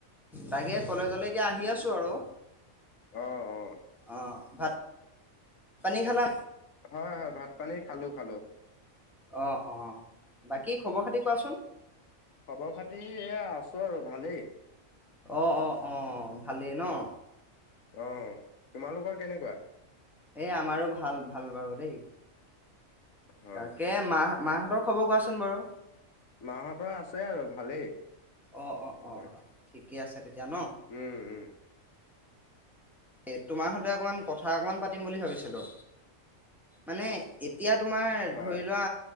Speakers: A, in the centre; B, on the left.
A: তাকে কলেজলৈ এতিয়া আহি আছোঁ আৰু,
B: অ অ
A: অ, ভাত পানী খালা?
B: হয়, হয়, ভাত পানী খালোঁ, খালোঁ।
A: অ', অ, বাকী খবৰ খাতি কোৱাচোন
B: খবৰ খাতি এয়া আছোঁ আৰু ভালেই।
A: অ', অ, অ, ভালেই ন'?
B: অ', তোমালোকৰ কেনেকুৱা?
A: এ আমাৰো ভাল ভাল বাৰু দে।
B: হয়
A: তাকে মাহ-মাহঁতৰ খবৰ কোৱাচোন বাৰু।
B: মাহঁতৰ আছে আৰু ভালেই।
A: অ', অ,
B: চবৰে
A: অ ঠিকে আছে তেতিয়া ন।
B: উম উম
A: এ' তোমাৰ সতে অকমান কথা অকমান পাতিম বুলি ভাবিছিলো, মানে‌ এত এতিয়া তোমাৰ
B: হয়
A: ধৰি লোৱা